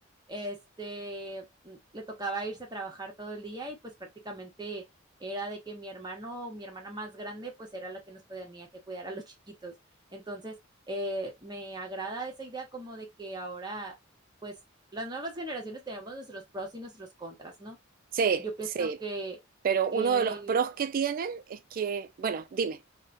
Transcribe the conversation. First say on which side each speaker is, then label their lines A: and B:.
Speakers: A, on the right; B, on the right.
A: Este, n- le tocaba irse a trabajar todo el día y pues prácticamente era de que mi hermano, mi hermana más grande, pues era la que nos tenía que cuidar a los chiquitos. Entonces, eh, me agrada esa idea como de que ahora, pues, las nuevas generaciones tenemos nuestros pros y nuestros contras, ¿no?
B: sí,
A: Yo pienso
B: sí.
A: que,
B: Pero
A: que
B: uno de los pros que tienen es que, bueno, dime,